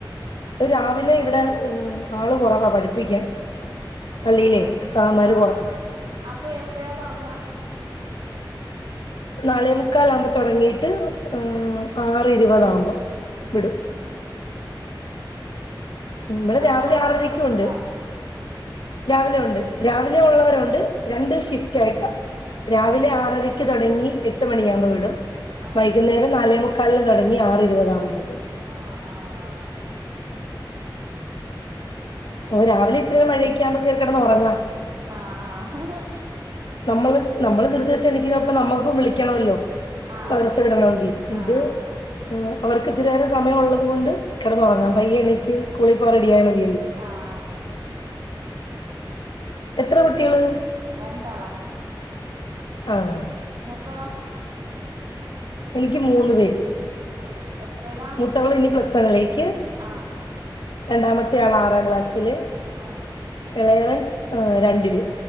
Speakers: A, on the left; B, on the right.
A: രാവിലെ ഇവിടെ ഉം ആള് കുറവാ പഠിപ്പിക്കാൻ പള്ളില്ലേ
B: ആഹ്
A: സ്ഥാമാര്
B: ആഹ്
A: കൊറവാ
B: അപ്പൊ എപ്പഴാ തുടങ്ങാ
A: നാലേമുക്കാലാഉമ്പോ തുടങ്ങിട്ട് എഹ് ആറ് ഇരുപതാഉമ്പോം വിടും
B: ആഹ്
A: മ്മള്
B: അപ്പൊ
A: രാവിലെ ആറരക്യുണ്ട്
B: മദ്രസ ഇല്ല
A: രാവിലെ ഉണ്ട് രാവിലെ ഉള്ളവരുണ്ട് രണ്ട് ഷിഫ്റ്റ് ആയിക്കാ രാവിലെ
B: ഓ
A: ആറര ക്ക് തുടങ്ങി എട്ട് മണിയാവുമ്പോ വിടും
B: ആഹ്
A: വൈകുന്നേരം നാലേമുക്കാലിന് തുടങ്ങി ആറ് ഇരുതകുമ്പോ വിടും
B: ആഹ് ആഹ് അങ്ങനെ
A: ഓഹ് രാവിലെ ഇച്ചരി മയഴൊക്കാവുമ്പോ കേറി കിടന്നുറങ്ങണം
B: ആഹ് ആഹ്
A: നമ്മള് നമ്മള് ദിർദി വെച്ച് എണീക്ണപ്പ നമ്മൾക്കും വിളിക്കണമല്ലോ
B: ആഹ്
A: മദർസ് വിടണമെങ്കി ഇത്
B: ആഹ്
A: അവർക്ക് ഇച്ചിരേരം സമയം ഉള്ളത് കൊണ്ട് കിടന്നുറങ്ങാ
B: ആഹ്
A: പയ്യ ണീച്ച് സ്കൂളിൽ പോ ആ റെഡിയായ മതിയോ
B: ആ ഹ് അതെന്നെ
A: എത്ര കുട്ടികള്
B: രണ്ടാളാ
A: ആഹ്
B: ങ്ങക്കൊ
A: എനിക്ക് മൂന്ന്പേര്
B: ഉം എത്രേല്ലാ
A: മുത്തവൾ നി പ്ലസ്സണ്ണിലേക്ക്
B: ആഹ്
A: രണ്ടാമത്തെെയാള് ആറാം ക്ലാസ്സില്
B: ആഹ്
A: ഇളയവൻ രണ്ടില്